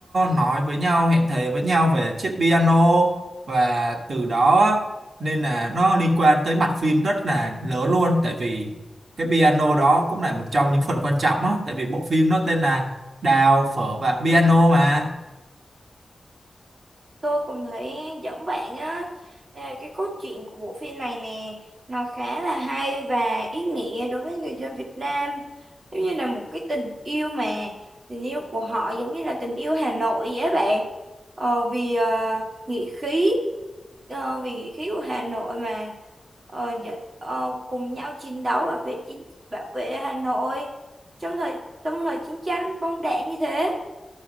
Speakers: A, on the right; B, on the right.
A: nói với nhau hẹn thề với nhau về chiếc piano và từ đó á, nên là nó liên quan tới mặt phim rất là lớn luôn tại vì cái piano đó cũng là một trong những phần quan trọng á tại vì bộ phim nó tên là đào phở và piano mà
B: Tôi cũng thấy giống bạn á, Đây là cái cốt truyện của bộ phim này nè, nó khá là hay và ý nghĩa đối với người dân Việt Nam. Giống như là một cái tình yêu mà, tình yêu của họ giống như là tình yêu Hà Nội vậy á bạn. Ờ, vì ờ, nghĩa khí, ờ, vì nghĩa khí của Hà Nội mà ờ, dạ- ờ, cùng nhau chiến đấu bảo vệ chính, bảo vệ Hà Nội trong thời trong thời chiến tranh bom đạn như thế.